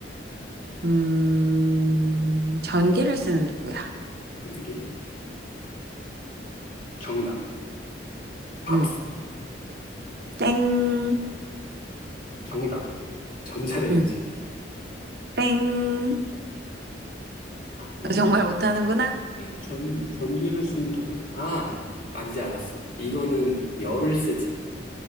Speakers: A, on the right (about 55°); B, on the left (about 50°).
A: 음, 전기를 쓰는 누구야?
B: 전기? 정답. 밥솥.
A: 음, 땡.
B: 정답. 전자레인지.
A: 음, 땡.
B: 아,
A: 너
B: 뭐,
A: 정말 못하는구나?
B: 전, 전기를 쓰는 도구라? 아, 아, 이제 알았어. 이거는 열을 쓰지.